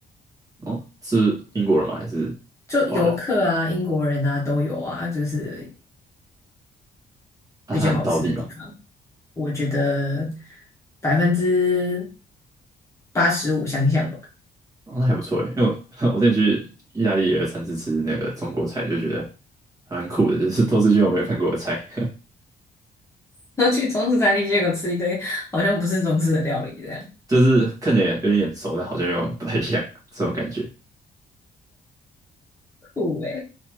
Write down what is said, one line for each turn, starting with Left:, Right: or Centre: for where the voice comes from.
Right: 哦，是英国人吗？还是
Left: 就游客啊、
Right: 华人？
Left: 英国人啊都有啊，就是
Right: 啊，
Left: 比较好吃的地方。
Right: 他很道地嘛。
Left: 我觉得百分之八十五相像吧。
Right: 哦，那还不错诶，因为我 <laughs> 我之前去意大利也有尝试吃那个中国菜，就觉得还蛮酷的，就是 <laughs> 都是一些我没有看过的菜，
Left: <laughs> 然后去中式餐厅，结果吃一堆好像不是中式的料理，这样
Right: <laughs> 就是看起来有点眼熟，但好像又不太像这种感觉，
Left: 酷诶、